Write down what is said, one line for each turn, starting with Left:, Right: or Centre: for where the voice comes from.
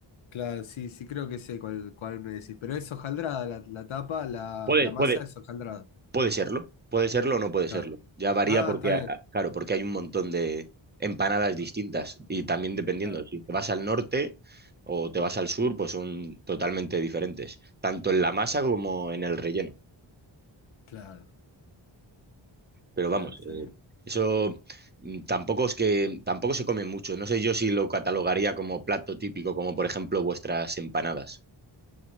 Left: Claro, sí, sí creo que sé cuál, cuál me decís. Pero es hojaldrada la, la tapa, la,
Right: Puede,
Left: la masa
Right: puede,
Left: es hojaldrada.
Right: puede serlo, puede serlo o no puede
Left: Claro.
Right: serlo. Ya varía
Left: Ah,
Right: porque,
Left: está
Right: ah,
Left: bien.
Right: ah, claro, porque hay un montón de empanadas
Left: Claro,
Right: distintas y también dependiendo,
Left: claro,
Right: si te vas al norte o te vas al sur, pues son totalmente diferentes, tanto en la masa como en el relleno.
Left: claro,
Right: Pero
Left: claro,
Right: vamos,
Left: está
Right: eh,
Left: bien.
Right: eso mm, tampoco es que tampoco se come mucho. No sé yo si lo catalogaría como plato típico, como por ejemplo vuestras empanadas.